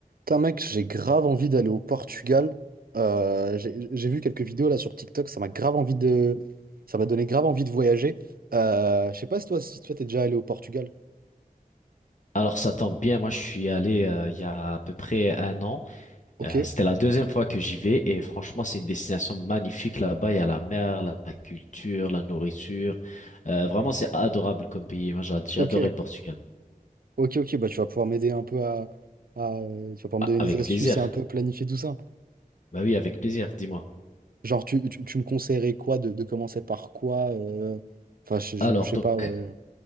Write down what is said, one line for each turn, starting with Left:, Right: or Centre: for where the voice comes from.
Right: Putain, mec, j'ai grave envie d'aller au Portugal. Euh, j'ai j'ai vu quelques vidéos là sur TikTok, ça m'a grave envie de... Ça m'a donné grave envie de voyager. Euh, je sais pas si toi, si toi t'es déjà allé au Portugal.
Left: Alors ça tombe bien, moi je suis allé euh, il y a à peu près un an.
Right: Ok,
Left: Euh, c'était la deuxième fois que j'y vais et franchement c'est une destination magnifique là-bas. Il y a la mer, la la culture, la nourriture. Euh, vraiment c'est adorable comme pays. Moi j'ai j'ai
Right: ok,
Left: adoré le Portugal.
Right: ok, ok, bah tu vas pouvoir m'aider un peu à, à, euh, Tu vas pouvoir
Left: Ah,
Right: me donner
Left: Avec
Right: des astuces
Left: plaisir.
Right: et un peu planifier tout ça.
Left: Bah oui, avec plaisir, dis-moi.
Right: Genre, tu, tu, tu me conseillerais quoi de, de commencer par quoi euh, Enfin, je, je,
Left: Alors
Right: je sais
Left: donc
Right: pas, ouais.